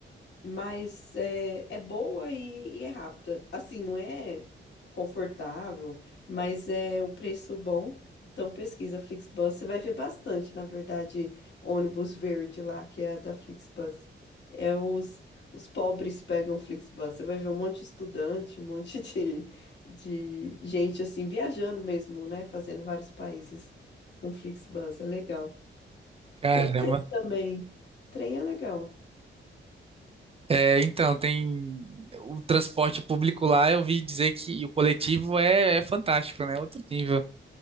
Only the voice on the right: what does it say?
Caramba.
É, então, tem o transporte público lá, eu vi dizer que e o coletivo é, é fantástico, né? Outro nível.